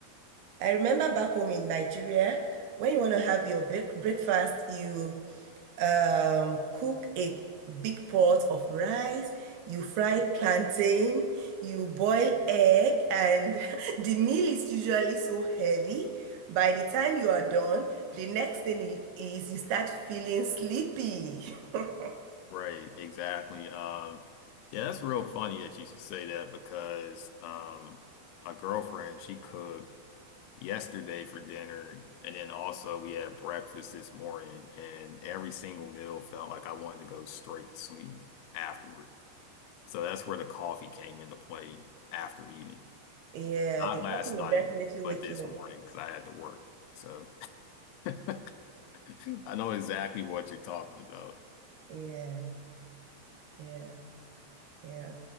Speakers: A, on the right (about 80°); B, on the left (about 80°).
A: I remember back home in Nigeria, when you want to have your break breakfast, you um, cook a big pot of rice, you fry plantain, you boil egg, and <laughs> the meal is usually so heavy. By the time you are done, the next thing i- is you start feeling sleepy. <laughs>
B: Right, exactly. Um, yeah, that's real funny that you should say that because um, my girlfriend, she cooked yesterday for dinner, and then also we had breakfast this morning, and every single meal felt like I wanted to go straight to sleep afterward. So that's where the coffee came into play after eating.
A: Yeah,
B: Not
A: the coffee
B: last night,
A: will definitely wake
B: but this
A: you
B: morning
A: up.
B: because I had to work. So <laughs> I know exactly what you're talking about.
A: Yeah, yeah, yeah.